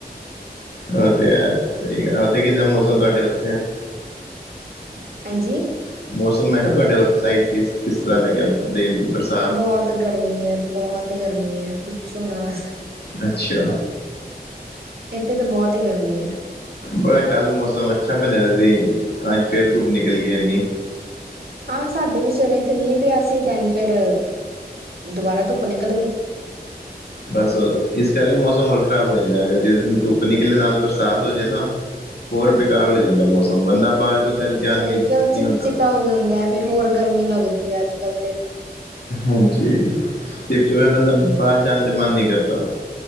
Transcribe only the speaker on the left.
ਉਹ ਤੇ ਹੈ। ਸਹੀ ਗ ਉੱਥੇ ਕਿੱਦਾਂ ਮੌਸਮ ਤੁਹਾਡੇ ਉੱਥੇ? <inaudible>
ਮੌਸਮ ਹੈਗਾ ਤੁਹਾਡੇ ਸਾਈਡ ਕਿਸ-ਕਿਸ ਤਰ੍ਹਾਂ ਦਾ ਹੈ। ਰਨਾ।
ਅੱਛਾ।
ਪਰ ਕੱਲ ਮੌਸਮ ਅੱਛਾ ਬਣ ਰਿਹਾ ਸੀ। ਅੱਜ ਫੇਰ ਧੁੱਪ ਨਿਕਲ ਗਈ ਇੰਨੀ।
ਬਸ ਇਸ ਕਰਕੇ ਮੌਸਮ ਹੋਰ ਖ਼ਰਾਬ ਹੋ ਜਾਂਦਾ। ਅਗਰ ਜੇ ਦਿਨ ਧੁੱਪ ਨਿਕਲੇ ਨਾਲ ਬਰਸਾਤ ਹੋ ਜਾਏ ਨਾ ਹੋਰ ਬੇਕਾਰ ਹੋ ਜਾਂਦਾ ਮੌਸਮ, ਬੰਦਾ ਬਾਹਰ ਜੋ ਕਰ ਜਾਣ
ਵੀ ਨਹੀਂ
ਹੁੰਦਾ
ਹਾਂਜੀ, ਤੇ ਚ' ਬੰਦਾ ਬਾਹਰ ਜਾਣ ਤੇ ਮਨ ਨਹੀਂ ਕਰਦਾ।